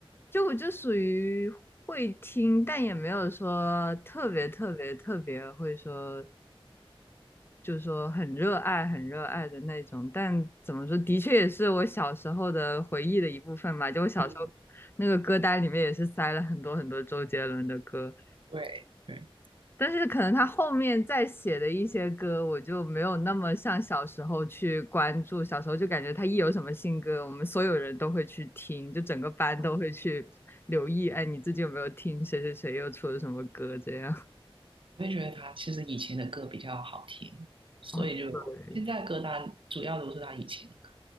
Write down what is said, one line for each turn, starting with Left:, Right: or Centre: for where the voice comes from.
Left: 就我就属于会听，但也没有说特别特别特别会说，就是说很热爱很热爱的那种。但怎么说，的确也是我小时候的回忆的一部分吧。就我小时候
Right: 嗯，
Left: 那个歌单里面也是塞了很多很多周杰伦的歌，
Right: 对对
Left: 但是可能他后面再写的一些歌，我就没有那么像小时候去关注。小时候就感觉他一有什么新歌，我们所有人都会去听，就整个班都会去留意。
Right: 啊，嗯
Left: 哎，你最近有没有听谁谁谁又出了什么歌？这样。
Right: 我也觉得他其实以前的歌比较好听，所以就现在歌单主要都是他以前的歌，
Left: 哦，<laughs> 对。